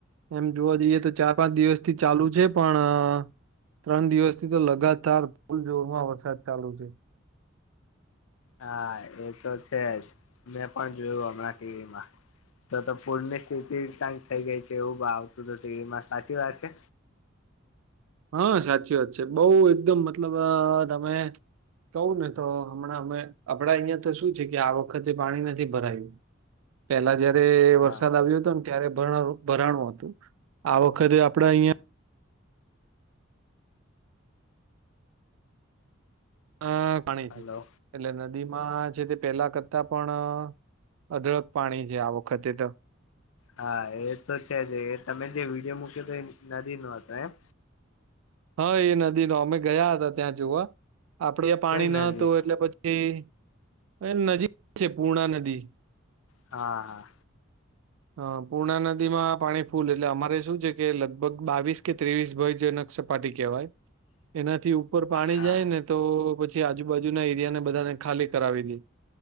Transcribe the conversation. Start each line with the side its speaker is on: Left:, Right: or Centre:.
Right: એમ જોવા જઈએ તો ચાર પાંચ દિવસ થી ચાલુ છે પણ ત્રણ દિવસથી તો લગાતાર ફૂલ જોરમાં વરસાદ ચાલુ છે
Left: હા એ તો છે જ, મેં પણ જોયું હમણાં ટીવીમાં. તો તો પૂરની સ્થિતિ કંક થઇ ગઈ છે એવું આવતું તું ટીવીમાં સાચી વાત છે
Right: હા સાચી વાત છે બહું એકદમ મતલબ તમે કહવું ને તો હમણાં અમે આપડા અહિયાં તો શું છે કે આ વખતે પાણી નથી ભરાયું પેલા જયારે
Left: હા
Right: વરસાદ આવ્યો હતો ને ત્યારે ભરા ભરાણું હતું આ વખતે આપડા અહિયાં હા પાણી છે.
Left: હલો
Right: એટલે નદીમાં છે તે પેલા કરતા પણ અદળક પાણી છે આ વખતે તો.
Left: હા એ તો છે એ તમે જે વિડીયો મૂક્યો હતો એ નદી નો હતો એમ
Right: હા એ નદી નો અમે ગયા હતા ત્યાં જોવા આપડે પાણી
Left: કઈ નદી
Right: ન હતું એટલે પછી એ <unintelligible> નજીક છે પૂર્ણા નદી
Left: હા હા
Right: હ પૂર્ણા નદીમાં પાણી ફૂલ એટલે અમારે શું છે કે લગભગ બાવીસ કે ત્રેવીસ ભયજનક પાટી કહેવાય એનાથી ઉપર પાણી
Left: હા
Right: જાય ને તો પછી આજુબાજુના એરિયા ને બધાને ખાલી કરાવી દી.